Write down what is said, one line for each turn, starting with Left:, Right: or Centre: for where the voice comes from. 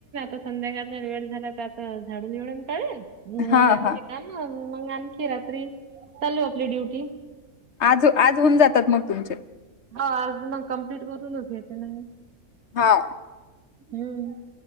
Right: - <unintelligible> संध्याकाळ वेळ झाला तर आ झाडडून काढेल
Left: हा
Right: बाकी
Left: हा
Right: काम -- मग आणखी रात्री चालू आपली ड्युटी.
Left: आज आज होऊन जातात मग तुमचे.
Right: हो. आज मग कम्प्लीट करूनच घेते नाही.
Left: हा.
Right: हम्म.